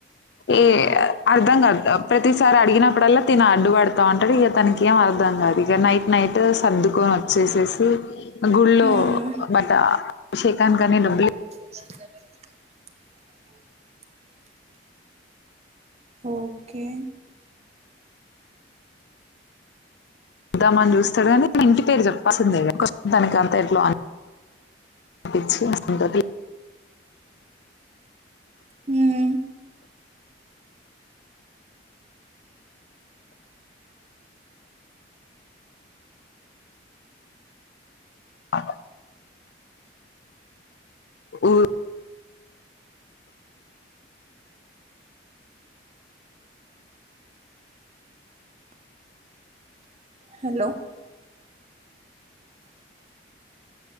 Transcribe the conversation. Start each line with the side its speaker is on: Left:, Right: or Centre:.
Left: ఏ అర్ధం కాదు ప్రతిసారి అడిగినప్పుడల్లా తను అడ్డుపడతాంటాడు. ఇక తనకి ఏం అర్ధం కాదు ఇక నైట్ నైట్ సర్దుకొని వచ్చేసేసి గుళ్ళ
Right: ఉమ్
Left: బట్ట అభిషేకానికని డబ్బులు
Right: <inaudible> ఒకే
Left: ద్దా మ చూస్త డు కాని ఇంటి పేరు చెప్పాల్సిందేం తనికి అంత ఎట్ అనిపించి అ
Right: హూ
Left: <inaudible> ఉ
Right: హలో